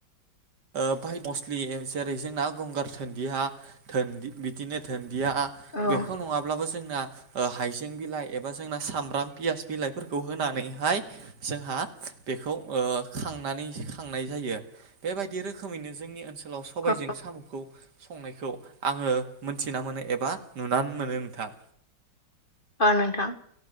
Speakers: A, on the right; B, on the left.
A: ओ बाय मस्लि जेरै जोंना गंगार थोनदिया धोन बिदिनो धोनन्दिया
B: औ
A: बेखौ नङाब्लाबो जोंना ओ हाइजें बिलाइ एबा जोंना सामब्राम पियास बिलाइफोरखौ होना नानैहाय जोंहा बेखौ ओ खांनानै खांनाय जायो बेबायदि रोखोमैनो जोंनि ओनसोलाव सबाइजों
B: औ
A: साम'खौ संनायखौ आङो मोनथिना मोनो एबा नुनानै मोनो नोंथां
B: औ नोंथां